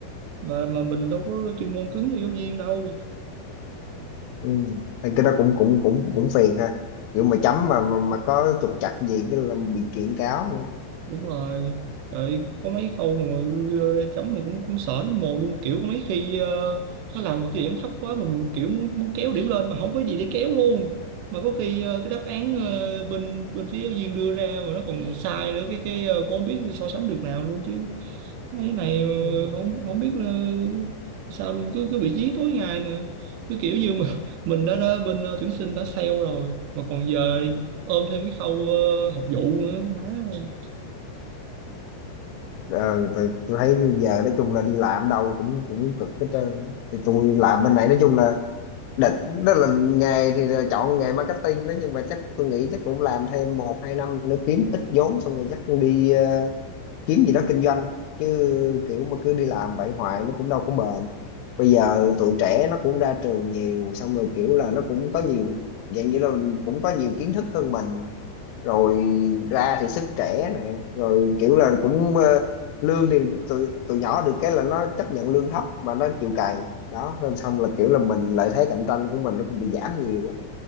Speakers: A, on the right (about 85°); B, on the left (about 85°).
A: mà mà mình đâu có chuyên môn cứng như giáo viên đâu
B: ừ thì cái đó cũng cũng cũng cũng phiền ha kiểu mà chấm mà mà, mà có trục trặc gì cái là bị kiện cáo nữa
A: đúng rồi rồi có mấy câu mà ờ, chấm mà cũng cũng sợ thấy mồ luôn kiểu có mấy khi ờ, nó làm một cái điểm thấp quá mà mình kiểu muốn, muốn kéo điểm lên mà không có gì để kéo luôn mà có khi ờ, cái đáp án ờ, bên bên phía giáo viên đưa ra mà nó còn sai nữa cái cái ờ, cũng không biết so sánh được nào luôn chứ mấy này ờ,
B: ừ.
A: không không biết là sao luôn cứ cứ bị dí tối ngày nè cứ kiểu như mà <laughs> mình đã, đã bên ờ, tuyển sinh đã sale rồi mà còn giờ ôm thêm cái khâu ờ, học vụ nữa má ơi
B: ờ, tôi, tôi thấy giờ nói chung là đi làm đâu cũng cũng cực hết trơn thì tôi làm bên này nói chung là định đó là nghề thì là chọn nghề marketing đó nhưng mà chắc tôi nghĩ chắc cũng làm thêm một hai năm nữa kiếm ít vốn xong rồi chắc đi ờ, kiếm gì đó kinh doanh chứ kiểu mà cứ đi làm vậy hoài nó cũng đâu có bền bây giờ tụi trẻ nó cũng ra trường nhiều xong rồi kiểu là nó cũng có nhiều dạng như là cũng có nhiều kiến thức hơn mình rồi ra thì sức trẻ này rồi kiểu là cũng ờ, lương thì tụi tụi nhỏ được cái là nó chấp nhận lương thấp mà nó chịu cày đó nên xong là kiểu là mình lợi thế cạnh tranh của mình nó cũng bị giảm nhiều á